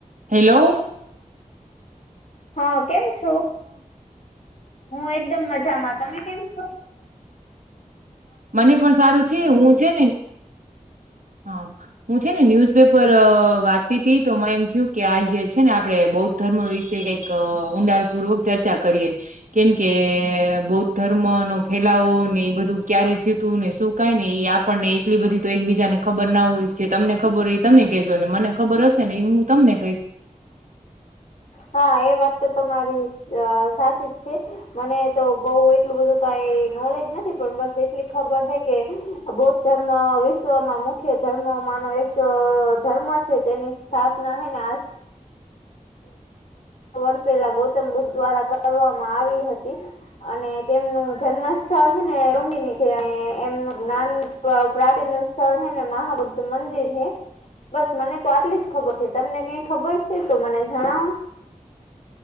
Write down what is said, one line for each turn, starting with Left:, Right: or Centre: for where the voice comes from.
Right: હેલો
Left: હા, કેમ છો? હું એકદમ મજામાં, તમે કેમ છો?
Right: મને પણ સારું છે, હું છે ને હ હું છે ને ન્યૂઝ પેપર વાતતી હતી તો એમ થયું કે આ જે છે ને આપણે બૌદ્ધ ધર્મ વિશે કઈક એક ઊંડાણ પૂર્વક ચર્ચા કરીએ, કેમ કે બૌદ્ધ ધર્મ નો ફેલાવો ને એ બધું ક્યારે થય તું ને શું કાય ને એઈ આપણને એકલી બધી તો એકબીજાને ખબર ના હોય છે, તમને ખબર હોય તમે કહેજો ને મને ખબર હશે ને એ હું તમને કહીશ,
Left: હા, એ વાત તો તમારી સાચી જ છે, મને તો બઉ એટલું બધું કઈ નોલેજ નથી પણ બસ એટલી ખબર છે, કે બૌદ્ધ ધર્મ વિશ્વમાં મુખ્ય ધર્મ માનો એક ધર્મ છે, તેની સ્થાપના હને વર્ષ પહેલા ગૌતમ બુદ્ધ દ્વારા કરવામાં આવી હતી. અને તેમનું જન્મ સ્થળ છેને ઉુંબીની છે, એમનું <inaudible> પ્રાચીન સ્થળ હૈ ને મહાભક્ત મંદિર હૈ, બસ મને તો આટલી જ ખબર છે, તમને કઈ ખબર છે તો મને જણાવો.